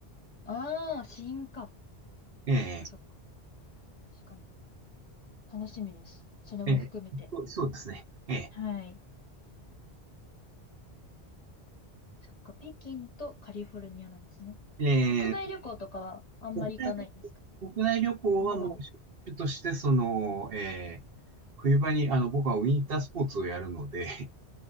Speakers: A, on the left; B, on the right.
A: ああ、試か。
B: え
A: そっかそっか。確かに。楽しみです。それも含めて。
B: ーえーそう、そうですね。え
A: はい。そっか、北京とカリフォルニアなんですね。
B: ーえー
A: 国内旅行とかはあんまり行かないですか
B: 国内旅、国内旅行はもう、
A: の方が多い。
B: 主主として、その、えー冬場に、あの、僕はウィンタースポーツをやるので、